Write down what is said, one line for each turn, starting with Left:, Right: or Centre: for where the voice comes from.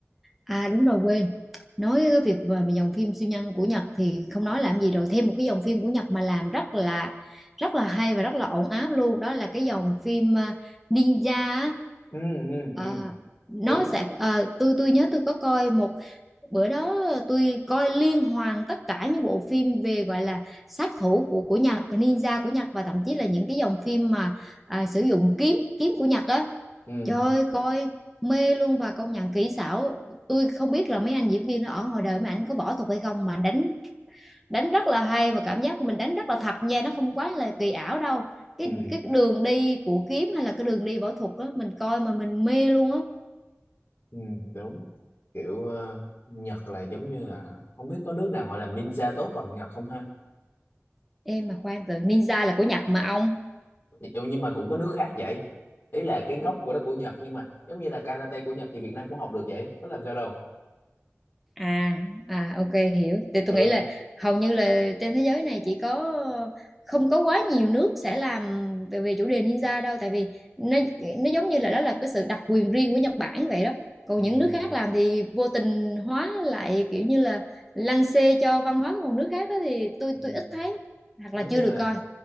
Centre: à đúng rồi quên. Nói cái việc về mà dòng phim siêu nhân của Nhật thì không nói làm gì rồi, thêm một cái dòng phim của Nhật mà làm rất là rất là hay và rất là ổn áp luôn, đó là cái dòng phim à, Ninja á.
Left: ừ ừ,
Centre: Ờ,
Left: ừ.
Centre: nó
Left: đúng
Centre: sẽ ờ, tôi tôi nhớ tôi có coi một bữa đó tôi coi liên hoàn tất cả những bộ phim về gọi là sát thủ của của Nhật ninja của Nhật và thậm chí là những cái dòng phim mà à, sử dụng kiếm kiếm của Nhật á
Left: ừ
Centre: trời ơi, coi mê luôn và công nhận kỹ xảo tôi không biết là mấy anh diễn viên ở ngoài đời mà ảnh có võ thuật hay không mà đánh đánh rất là hay và cảm giác của mình đánh rất là thật nha nó không quá là kỳ ảo đâu cái
Left: ừ
Centre: cái đường đi của kiếm hay là cái đường đi võ thuật á mình coi mà mình mê luôn á
Left: ừ đúng kiểu ờ, Nhật là giống như là không biết có nước nào họ làm ninja tốt bằng Nhật không ha
Centre: em mà khoan từ ninja là của Nhật mà ông
Left: Ừ, nhưng mà cũng có nước khác vậy ý là cái gốc của đó của Nhật nhưng mà giống như là karate của Nhật thì Việt Nam cũng học được vậy có làm sao đâu
Centre: À, à ok hiểu. Thì tôi
Left: ừ.
Centre: nghĩ là hầu như là trên thế giới này chỉ có không có quá nhiều nước sẽ làm về, về chủ đề ninja đâu tại vì nó nó giống như là đó là cái sự đặc quyền riêng của Nhật Bản vậy đó. Còn
Left: ừ
Centre: những nước khác làm thì vô tình hóa lại kiểu như là lăng xê cho văn hóa của một nước khác đó thì tôi
Left: ừ
Centre: tôi ít thấy hoặc
Left: giống
Centre: là chưa
Left: như
Centre: được
Left: là
Centre: coi.